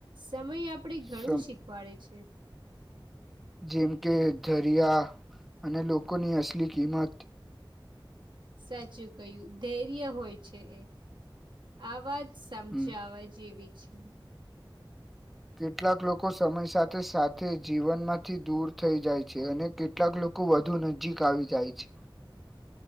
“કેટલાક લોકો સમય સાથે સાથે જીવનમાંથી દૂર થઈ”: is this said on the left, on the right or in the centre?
Centre